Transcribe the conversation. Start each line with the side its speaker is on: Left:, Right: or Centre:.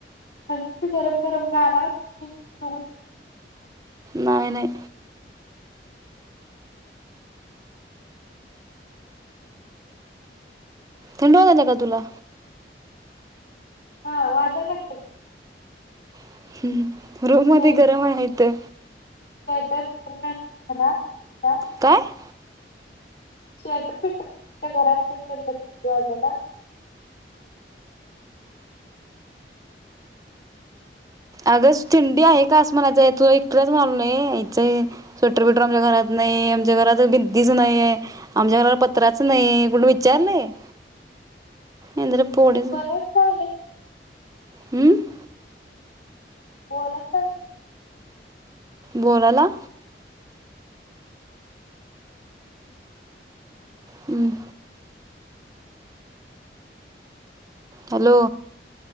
Left: थंडीत गरम गरम गा आला नती <unintelligible>
Right: नाही नाही. थड वाजाल्याका तुला.
Left: हा वाजाय लागले की.
Right: <inaudible> रूम
Left: स्वेटर
Right: मध्ये गरम आहे त.
Left: तर दुसर काय नाही खला <inaudible>
Right: काय.
Left: श्टर पिटर त्या घरात नाही पडलं त वाजाला <inaudible>
Right: अगंच थंडी आहे का आसमानाच आहे तू इकडेच माल नाही स्वेटर बटर आमच्या घरात नाही आमच्या घरात भिंतीच नाही आमच्या घरात पत्राच नाही कोणी विचारल ये. एंदर पडच
Left: बोलायच लागले
Right: हमं <unintelligible>
Left: बोला ताई.
Right: बोलाला. हम्म. हॅलो.